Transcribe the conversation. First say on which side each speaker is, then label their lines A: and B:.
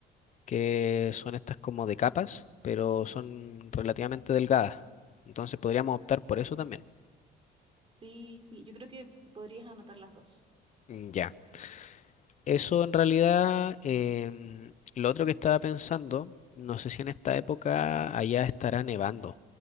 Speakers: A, on the left; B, on the right.
A: que son estas como de capas, pero son relativamente delgadas. Entonces podríamos optar por eso también.
B: Sí, sí, yo creo que podrías anotar las dos.
A: Mm, Ya. Eso en realidad, em, lo otro que estaba pensando, no sé si en esta época allá estará nevando,